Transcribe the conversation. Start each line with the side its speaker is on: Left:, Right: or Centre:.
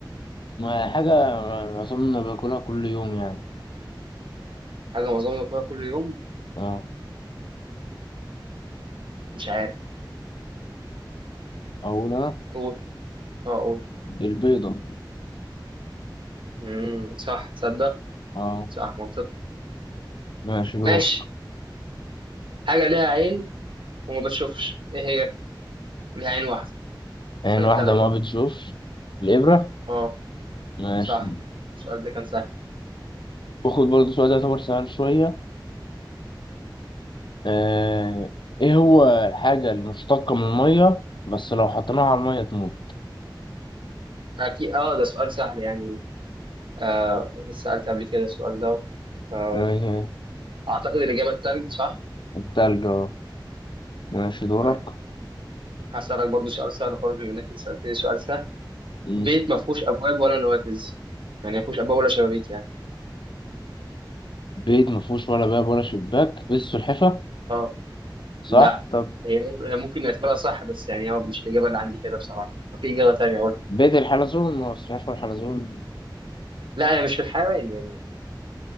Left: ما هي حاجة أظن باكلها كل يوم يعني
Right: حاجة معظمنا كلها كل يوم
Left: اه
Right: مش عارف
Left: أقول أنا
Right: قول اه قول
Left: البيضة
Right: مم. صح تصدق
Left: اه
Right: صح منطق
Left: ماشي دورك
Right: ماشي حاجة ليها عين وما بتشوفش ايه هي ليه عين واحدة
Left: يعني
Right: سهلتها
Left: واحدة
Right: لك
Left: ما
Right: اهو
Left: بتشوف الإبرة
Right: اه
Left: ماشي
Right: صح السؤال ده كان سهل
Left: وخد برضه سؤال ده يعتبر سهل شوية آه. إيه هو الحاجة اللي مشتقة من المية بس لو حطيناها على المية تموت
Right: اكيد اه ده سؤال سهل يعني آه سألت قبل كده السؤال ده فأعتقد
Left: آه.
Right: الإجابة التلج صح
Left: التلج اه ماشي دورك
Right: طيب هسألك برضو سؤال سهل خالص بما إنك سألتني سؤال سهل
Left: مم.
Right: بيت ما فيهوش أبواب ولا نوافذ يعني ما فيهوش أبواب ولا شبابيك يعني
Left: بيت مفهوش ولا باب ولا شباك بيت سلحفة
Right: اه
Left: صح
Right: لا
Left: طب
Right: هي مم- هي ممكن نعتبرها صح بس يعني هو مش الإجابة اللي عندي كده بصراحة ففي إجابة تانية أقول
Left: بيت الحلزون ما هو سلحفة الحلزون
Right: لا هي مش في الحيوان يعني